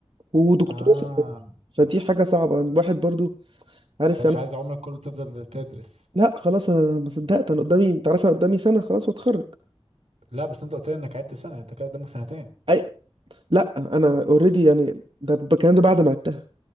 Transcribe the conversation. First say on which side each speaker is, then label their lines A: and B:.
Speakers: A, on the right (about 55°); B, on the right (about 85°).
A: ودكتوراه
B: اه
A: ساعات فدي حاجه صعبه الواحد برضو عارف
B: انت
A: يعني
B: مش عايز عمرك كله تفضل تدرس
A: لا خلاص انا ما صدقت انا قدامي انت عارف انا قدامي سنه خلاص واتخرج
B: لا بس انت قلت لي انك عدت سنة انت كده قدامك سنتين
A: اي لا انا اوريدي يعني ده ب- الكلام ده بعد ما عدتها